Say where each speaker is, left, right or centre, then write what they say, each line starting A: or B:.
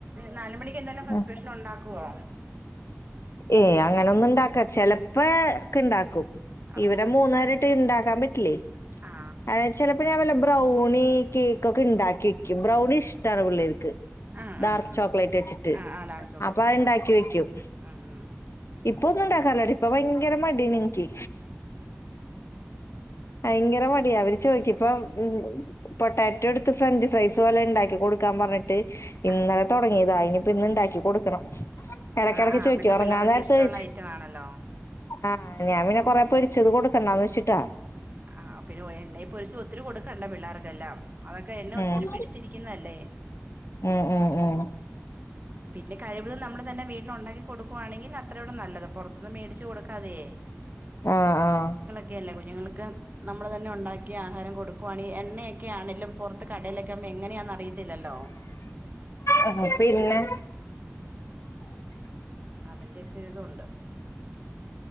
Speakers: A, on the right; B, on the left.
A: നാലു മണിക്ക് എന്തേലും ഫസ്റ്റ്
B: ആ
A: സ്പെഷ്യൽ ഉണ്ടാക്കുവോ
B: ഏയ് അങ്ങനെ ഒന്നും ഇണ്ടാക്ക ചെ ലപ്പോ ഒക്കെ ഇണ്ടാക്കും
A: ആ
B: ഇവിടെ മൂന്നേരെ ട്ട് ഇണ്ടാക്കാൻ പറ്റില്ലേ
A: ആ ആ
B: ഏയ് ചെലപ്പോ ഞാൻ വല്ല ബ്ര ബ്രൗണി കേക്കൊക്കെണ്ടാക്കി വക്കും ബ്രൗണി ഇഷ്ടാണ് പിള്ളേർക്ക്
A: ആ ആ ആ
B: ഡാർക്ക്
A: ആ
B: ചോക്ലേറ്റ് വെച്ചിട്ട്
A: ആ ആ ഡാർക്ക് ചോക്ലേറ്റ്
B: അപ്പൊ അതുണ്ടാക്കി
A: വെച്ച്
B: വെക്കും
A: ഉം ഉം ഉം
B: ഇപ്പൊ ഒന്നുണ്ടാക്കാറില്ല ഇപ്പൊ ഭയങ്കര മടിയാണ് ഇൻക്ക്. ഭയങ്കര മടിയ അവര് ചോയിക്കിപ്പം ഉം പൊട്ടാറ്റോ ഇട്ത്ത് ഫ്രഞ്ച് ഫ്രൈസ് പോലെ ഉണ്ടാക്കി കൊടുക്കാൻ പറഞ്ഞിട്ട്. ഇന്നലെ
A: ആഹ്
B: തൊട്ങ്ങീതാ ഇനിയിപ്പ ഇന്ന്ണ്ടാക്കി കൊടുക്കണം. എടെക്കെടെക്ക്
A: ആഹ്
B: ചോയ്ക്കും
A: അതൊക്കെ
B: ഒറങ്ങാനേര്ത്തോയ്ച്ച്.
A: പിള്ളേർക്ക് ഇഷ്ടമുള്ള ഐറ്റം ആണല്ലോ
B: ആഹ് ഞാൻ പിന്നെ കൊറേ പൊരിച്ചത് കൊടുക്കണ്ടാന്ന് വെച്ചിട്ടാ.
A: ആഹ് പിന്നെ എണ്ണെ പൊരിച്ച് ഒത്തിരി കൊടുക്കണ്ട പിള്ളേർക്കെല്ലാം. അതൊക്കെ എണ്ണ
B: ഉം
A: ഒത്തിരി പിടിച്ചിരിക്കുന്നല്ലേ.
B: ഉം ഉം ഉം
A: പിന്നെ കഴിവതും നമ്മൾ തന്നെ വീട്ടിൽ ഉണ്ടാക്കി കൊടുക്കുവാണെങ്കി അത്രയൂടെ നല്ലത് പൊറത്ത്ന്ന് മേടിച്ച് കൊടുക്കാതെയ്.
B: ആഹ ആഹ്.
A: ഒക്കെയല്ലേ കുഞ്ഞുങ്ങൾക്ക് നമ്മള് തന്നെ ഉണ്ടാക്കി ആഹാരം കൊടുക്കുവാണെ എണ്ണയൊ. ക്കെയാണെലും പൊർത്ത് കടേലൊക്ക ആവുമ്പ എങ്ങനെയാണെന്ന് അറിയത്തില്ലല്ലോ.
B: ആഹാ പിന്നെ.
A: <inaudible> അതിന്റൊക്കെ ഒരിതുണ്ട്.